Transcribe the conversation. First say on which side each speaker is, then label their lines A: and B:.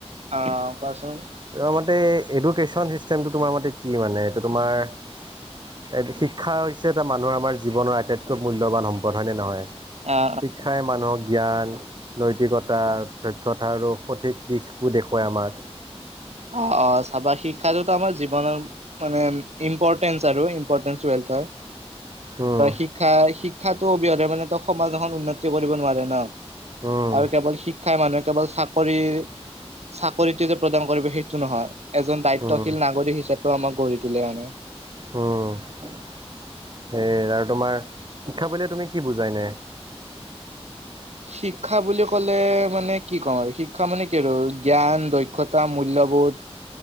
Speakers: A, on the right (about 80°); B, on the right (about 45°).
A: আহ কোৱাচোন।
B: তোমাৰ মতে এডুকেশ্যন চিষ্টেমটো তোমাৰ মতে কি মানে? এইটো তোমাৰ শিক্ষা হৈছে এটা মানুহৰ আমাৰ জীৱনৰ আটাইতকৈ মূল্যবান সম্পদ হয়নে নহয়।
A: অ
B: শিক্ষাই মানুহক জ্ঞান, নৈতিকতা, দক্ষতা আৰু সঠিক দিশবো দেখুৱায় আমাক।
A: অ', অ, চাবা শিক্ষাটোতো আমাৰ জীৱনৰ মানে ইম্পৰ্টেঞ্চ আৰু। <unintelligible> থ হয়
B: উম
A: শিক্ষা শি শিক্ষাটো অবিহনে মানে তই সমাজ এখন উন্নতি হ'ব দিব নোৱাৰে ন',
B: উম
A: আৰু কেৱল শিক্ষাই মানুহে কেৱল চাকৰি, চাকৰিটো যে প্ৰদান কৰিব টো নহয় এজন দায়িত্বশীল
B: উম
A: নাগৰিক হিচাপেও আমাক গঢ়ি তোলে মানে।
B: হম সেই আৰু তোমাৰ শিক্ষা বুলিলে তুমি কি বুজাই ইনে?
A: শিক্ষা বুলি ক'লে মানে কি ক'ম আৰু শিক্ষা মানে কি আৰু জ্ঞান, দক্ষতা, মূল্যবোধ।